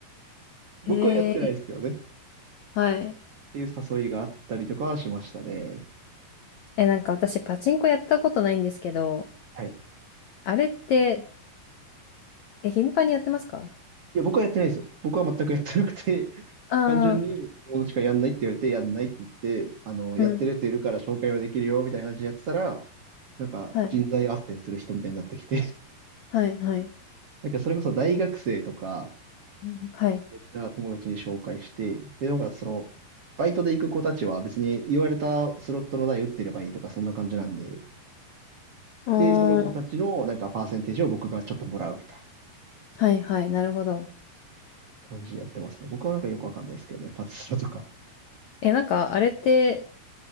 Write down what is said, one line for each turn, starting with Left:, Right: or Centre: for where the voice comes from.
Right: 僕はやってないですけどね。
Left: へえ。
Right: っ
Left: はい。
Right: ていう誘いがあったりとかはしましたね。
Left: え、なんか私パチンコやったことないんですけど、
Right: はい。
Left: あれって、え、頻繁にやってますか
Right: いや、僕はやってないですよ。僕は全くやってなくて、<laughs>
Left: ああ
Right: 単純に友達からやんないって言われて、やんないって言って、あの、やってるやついるから紹介はできるよ、
Left: ー、うん。
Right: みたいな感じでやってたら、なんか人材斡旋する人みたいになってきて、
Left: はい。
Right: <laughs>
Left: はい、はい。
Right: なんかそれこそ大学生とか、
Left: うんはい。
Right: そういった友達に紹介して、で、なんかその、バイトで行く子たちは別に言われたスロットの台打ってればいいとか、そんな感じなんで、
Left: あー
Right: で、その子たちのなんかパーセンテージを僕がちょっともらうみたい
Left: はい、はい。なるほど。
Right: な感じでやってますね。僕はなんかよくわかんないですけどね、パチスロとか。
Left: え、なんかあれって、